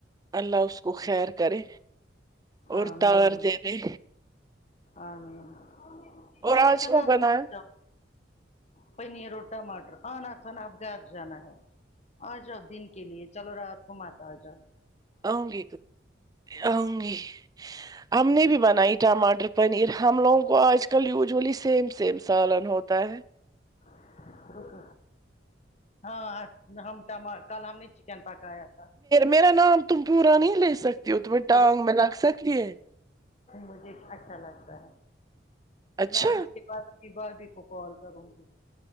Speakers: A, on the right (about 20°); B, on the left (about 35°).
A: اللہ اس کو خیر کرے اور
B: آمین
A: تار دے دے
B: آمین
A: اور
B: آنا
A: آج
B: تھا
A: کیا
B: نا
A: بنایا
B: آپ نہ جب پنیر اور ٹماٹر آنا تھانا آپ گھر جانا ہے آجاؤ دن کے لیے چلو رات کو مت اجاؤ
A: آؤں گی آؤں گی ہم نے بھی بنائی ٹماٹر پنیر ہم لوگوں کو آج کل یوزلی سیم سیم سالن ہوتا ہے
B: <inaudible> رک ہاں ہم کل ہم نے چکن پکایا تھا تو
A: میرا نام تم پورا نہیں لے سکتی ہو تمہیں ٹانگ
B: روح
A: میں لگ سکتی ہے
B: مجھے اچھا لگتا ہے
A: اچھا
B: میں اب اس کے بعد بھابھی کو کال کروں گی